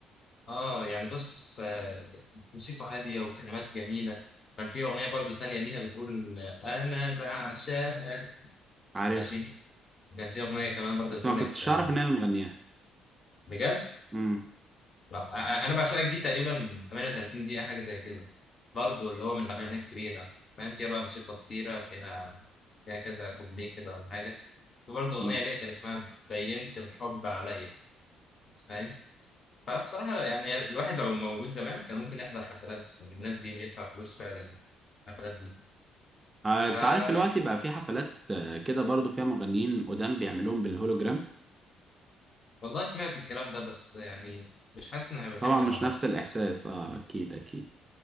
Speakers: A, on the left (about 35°); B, on the right (about 15°).
A: اه يعني بص آه موسيقى هاديه وكلمات جميله كان في اغنيه برضه ثانيه ليها بتقول آه، انا بعشقك
B: عارف
A: ماشي كان في اغنيه كمان برضه
B: بس
A: بتقول
B: ما كنتش
A: لك آه
B: أعرف إن هي اللي مغنياها
A: بجد
B: امم
A: لا، أ- انا بعشقك دي تقريبا 38 دقيقة حاجة زي كده برضو اللي هو من الاغاني الكبيرة فاهم فيها بقى موسيقى كتيرة فيها فيها كذا كوبليه كده ولا حاجة في برضو
B: أمم.
A: اغنية ليها كان اسمها بينت الحب عليا فاهم فبصراحة يعني الواحد لو موجود زمان كان ممكن يحضر حفلات يعني الناس دي ويدفع فلوس فعلا الحفلات دي
B: آه،
A: ف
B: أنت عارف دلوقتي بقى في حفلات آه، كده برضو فيها مغنيين قدام بيعملوهم بالهولوجرام
A: والله سمعت الكلام ده بس يعني مش حاسس ان هيبقى
B: طبعا
A: فيها متعة
B: مش
A: برضه
B: نفس الإحساس آه أكيد أكيد